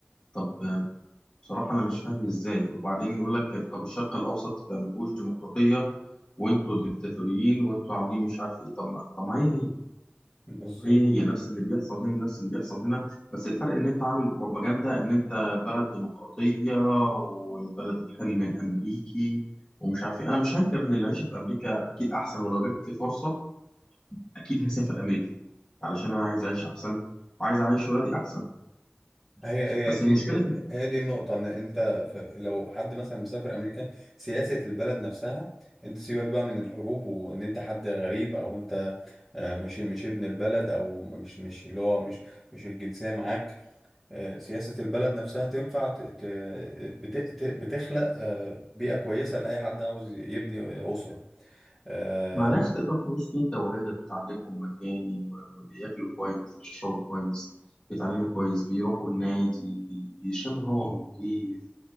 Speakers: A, on the left; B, in the centre.
A: طب آه، بصراحة أنا مش فاهم إزاي وبعدين يقول لك طب الشرق الأوسط ده ما فيهوش ديمقراطية وانتوا ديكتاتوريين وانتوا عاملين مش عارف ايه طب ما طب ما هي هي
B: بالظبط
A: هي هي نفس اللي بيحصل هنا نفس اللي بيحصل هنا بس الفرق ان انت عامل بروباجندا ان انت بلد ديمقراطية وبلد الحلم الامريكي ومش عارف ايه انا مش هنكر ان العيشة في امريكا اكيد احسن ولو جات لي فرصة اكيد هسافر امريكا علشان انا عايز اعيش احسن وعايز اعيش ولادي احسن
B: هي
A: بس
B: هي دي
A: المشكلة في
B: هي هي دي النقطة إن أنت ف- لو حد مثلا مسافر أمريكا سياسة البلد نفسها أنت سيبك بقى من الحروب وإن أنت حد غريب أو أنت آه، مش مش ابن البلد أو مش مش اللي هو مش مش الجنسية معاك آه، سياسة البلد نفسها تنفع ت- ت- بت- ت- بتخلق آه، بيئة كويسة لأي حد عاوز يبني أسرة آه،
A: مناخ تقدر تعيش فيه انت وولادك وتعلمهم مجاني و- وبياكلوا كويس بيشربوا كويس بيتعلموا كويس بيروحوا النادي بي- بيشموا هوا نضيف